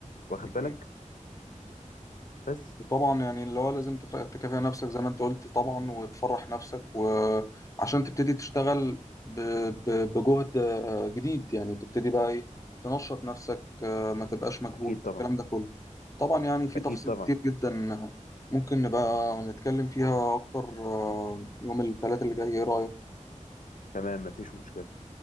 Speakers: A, on the left; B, on the left.
A: واخد
B: اكيد
A: بالك بس
B: وطبعا يعني اللي هو لازم تف- تكافئ نفسك زي ما انت قلت طبعا وتفرح نفسك وعشان تبتدي تشتغل ب- ب- بجهد آه، جديد يعني تبتدي بقى ايه تنشط نفسك آه، ما تبقاش مكبوت
A: اكيد طبعا
B: الكلام ده كله طبعا يعني في
A: اكيد
B: تفاصيل
A: طبعا
B: كتير جدا ممكن نبقى نتكلم فيها اكتر آه، يوم الثلاث اللي جاي ايه رأيك
A: تمام مفيش مشكله